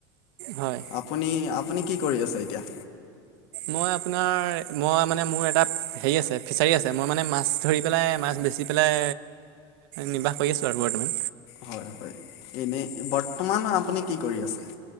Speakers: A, on the right (about 65°); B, on the left (about 50°).
A: হয়
B: আপুনি, আপুনি কি কৰি আছে এতিয়া।
A: মই আপোনাৰ মই মানে মোৰ এটা হেৰি আছে ফিছাৰী আছে মই মানে, মাছ ধৰি পেলাই মাছ বেচি পেলাই। নিৰ্বাহ কৰি আছো আৰু বৰ্তমান।
B: হয় হয় এনেই বৰ্তমান আপুনি কি কৰি আছে?